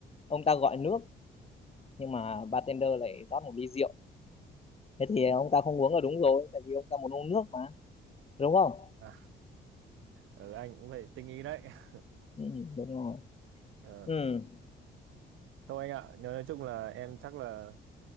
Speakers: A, on the left; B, on the right.
A: ông ta gọi nước nhưng mà bartender lại rót một ly rượu thế thì ông ta không uống là đúng rồi tại vì ông ta muốn uống nước mà đúng không
B: à ừ, anh cũng vậy tinh ý đấy <laughs>
A: ừ, đúng rồi
B: Ờ,
A: ừ
B: thôi anh ạ nói, nói chung là em chắc là